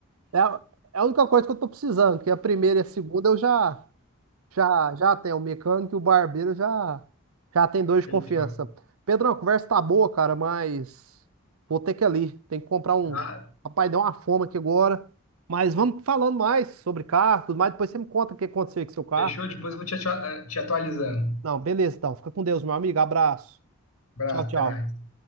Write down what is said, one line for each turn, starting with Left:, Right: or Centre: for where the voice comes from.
Right: É, a é a única coisa que eu tô precisando, que a primeira e a segunda eu já, já, já tenho. O mecânico e o barbeiro já, já tem dois
Left: fechou.
Right: de confiança. Pedrão, a conversa tá boa, cara, mas vou ter que ir ali. Tem que comprar um.
Left: Ah,
Right: Rapaz, deu uma fome aqui agora. Mas vamos falando mais sobre carro, tudo mais. Depois você me conta o que aconteceu com seu carro.
Left: fechou? Depois eu vou te, atua- te atualizando.
Right: Não, beleza, então. Fica com Deus, meu amigo. Abraço.
Left: Abraço,
Right: Tchau, tchau.
Left: até mais.